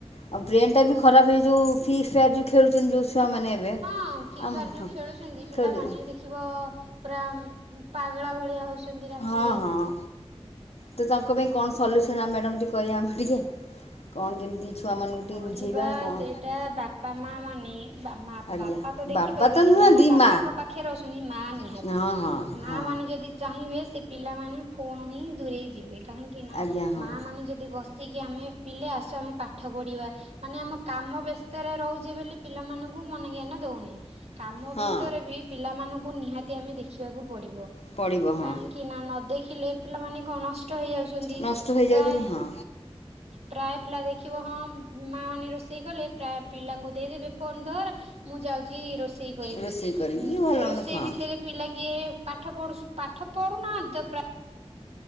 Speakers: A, on the left; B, on the right.
A: ଆଉ ବ୍ରେନ୍ ଟା ବି ଖରାପ ହେ ଯଉ ଫ୍ରିଫାୟର ଯୋଗୁ। ଖେଳୁଛନ୍ତି ଯୋଉ ଛୁଆ ମାନେ ଏବେ।
B: ହଁ ଫ୍ରି
A: ଆମ
B: ଫାୟାର ଯୋଉ
A: ହଁ
B: ଖେଳୁଛନ୍ତି ପିଲାମାନେ
A: ଖେଳୁଛନ୍ତି
B: ଦେଖିବ ପୁରା ପାଗଳା ଭଳିଆ ହଉଛ ରାତିରେ।
A: ହଁ ହଁ ତ ତାଙ୍କ ପାଇଁ କଣ ସଲ୍ୟୁସନ୍ ଆମ ମ୍ୟାଡ଼ମ୍ ଟିକେ କହିବା ଆମେ ଟିକେ କଣ କେମିତି ଛୁଆମାନଙ୍କୁ
B: କରିବା
A: ଟିକେ ବୁଝେଇବା କ'ଣ
B: ସେଇଟା ବାପା ମା ମାନେ ମା
A: ଆଜ୍ଞା
B: ବାପା ତ ଦେଖିପାରିବେନି
A: ବାପା ତ ନୁହଁନ୍ତି
B: କାହିଁକିନା ବାପାଙ୍କ
A: ମା
B: ପାଖରେ ଅଛନ୍ତି, ମା ନିହାତି
A: ହଁ ହଁ
B: ମା
A: ହଁ
B: ମାନେ ମାନେ ଯଦି ଚାହିଁବେ ସେ ପିଲାମାନେ ଫୋନ୍ ହିଁ ଦୂରେଇ ଯିବେ କାହିଁକି ନା
A: ଆଜ୍ଞା ହଁ
B: ମା ମାନେ ଯଦି ବସିକି ଆମେ ପିଲେ ଆସ ଆମେ ପାଠ ପାଠ ପଢିବା ମାନେ ଆମ କାମ ବ୍ୟସ୍ତରେ ରହୁଛି ବୋଲି ପିଲାମାନଙ୍କୁ ମନ ଜ୍ଞାନ ଦଉନି କାମ
A: ହଁ
B: ଭିତରେ ବି ପିଲାମାନଙ୍କୁ ନିହାତି ଆମେ ଦେଖିବାକୁ ପଡିବ
A: ପଡ଼ିବ ହଁ
B: କାହିଁକି ନା ନ ଦେଖିଲେ ପିଲାମାନେ ଗଣ ନଷ୍ଟ ହେଯାଉଛନ୍ତି
A: ନଷ୍ଟ ହେଇଯାଉଛନ୍ତି
B: ପ୍ରାୟ
A: ହଁ
B: ପ୍ରାୟ ପିଲା ଦେଖ ଦେଖିବ ହଁ ମା ମାନେ ରୋଷେଇ କଲେ ପ୍ରାୟ ପିଲାଙ୍କୁ ଦେଇଦେବେ ଫୋନ ଧର ମୁଁ ଯାଉଛି ରୋଷେଇ ରୋଷେଇ କରିବି
A: ରୋଷେଇ କରିକି ଭଲ
B: ସେ
A: ମନ୍ଦ
B: ରୋଷେଇ
A: ହଁ
B: ଭିତରେ ପିଲା କିଏ ପାଠ ପଢୁ ପାଠ ପଢୁନାହାନ୍ତି ତ ପ୍ରାୟ